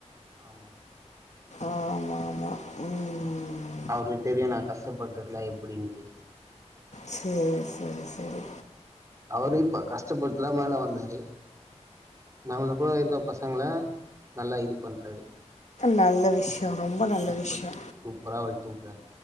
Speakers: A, on the right (about 25°); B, on the left (about 70°).
A: ஆமா
B: ஆமா ஆமா ம்
A: அவருக்கு தெரியு நா கஷ்டப்படுறதுல எப்டின்ட்டு
B: சேர் சேரி சேரி
A: அவரு இப்ப கஷ்டப்பட்டுதா மேலே வந்தாரு நம்மள போல இருக்க பசங்கள நல்லா இது பண்றாரு
B: நல்ல விஷ்யோ ரொம்ப நல்ல விஷ்யோ
A: பூரா வளத்து வுட்றாரு